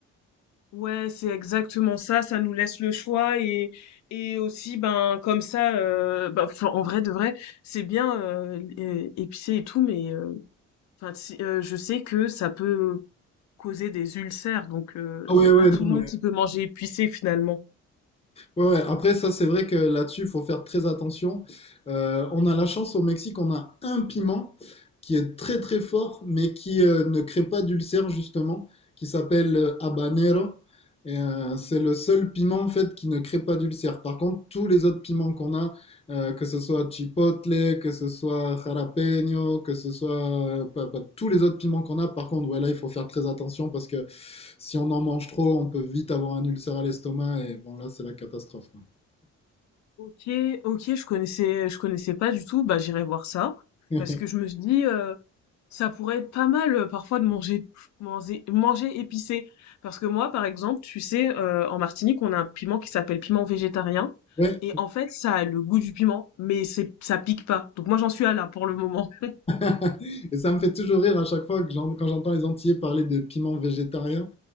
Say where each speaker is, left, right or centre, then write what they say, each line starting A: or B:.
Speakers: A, on the left; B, on the left.
A: Ouais, c'est exactement ça, ça nous laisse le choix et et aussi ben comme ça, heu, bah, enfin en vrai de vrai, c'est bien, heu, é épicé et tout mais, heu, enfin si, heu, je sais que ça peut causer des ulcères, donc heu,
B: Ah
A: c'est
B: ouais, ouais,
A: pas tout
B: non,
A: le monde qui peut manger épicé finalement.
B: Ouais, ouais. Après, ça, c'est vrai que là-dessus, il faut faire très attention. Euh, on a la chance au Mexique, on a un piment qui est très très fort, mais qui euh, ne crée pas d'ulcère justement, qui s'appelle euh, habanero. Et euh, c'est le seul piment en fait qui ne crée pas d'ulcère. Par contre, tous les autres piments qu'on a, euh, que ce soit chipotle, que ce soit jalapeño, que ce soit euh, pas- pas- tous les autres piments qu'on a. Par contre, ouais, là, il faut faire très attention parce que si on en mange trop, on peut vite avoir un ulcère à l'estomac et bon, là, c'est la catastrophe, quoi.
A: OK, OK, je connaissais je connaissais pas du tout, bah, j'irai voir ça
B: <laughs>
A: parce que je me suis dit, heu, ça pourrait être pas mal, heu, parfois de manger manger manger épicé. Parce que moi, par exemple, tu sais, heu, en Martinique, on a un piment qui s'appelle piment végétarien
B: Ouais.
A: et en fait, ça a le goût du piment, mais c'est ça pique pas. Donc moi, j'en suis à là pour le moment. <laughs>
B: <laughs> Et ça me fait toujours rire à chaque fois que j'en- quand j'entends les Antillais parler de piments végétariens